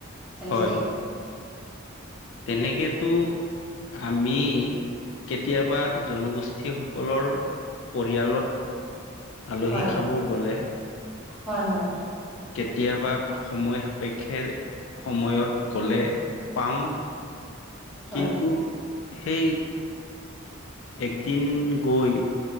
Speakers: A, in the centre; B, on the left.
A: তেনেকে
B: হয়। তেনেকেতো আমি কেতিয়াবা জনগোষ্ঠী সকলৰ পৰিয়ালত। আলহী
A: হয়
B: খাব গলে
A: হয় হয়
B: কেতিয়াবা সময় সাপেক্ষে সময়ত গলে পাওঁ
A: হয়
B: কিন্তু সেই একদিন গৈ